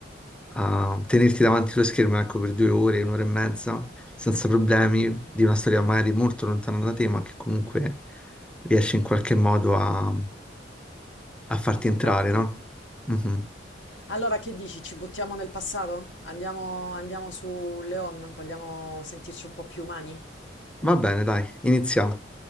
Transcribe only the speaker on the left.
a toccarti.
Allora, che dici? Ci buttiamo nel passato? Andiamo, andiamo su Leon? Vogliamo sentirci un po' più umani?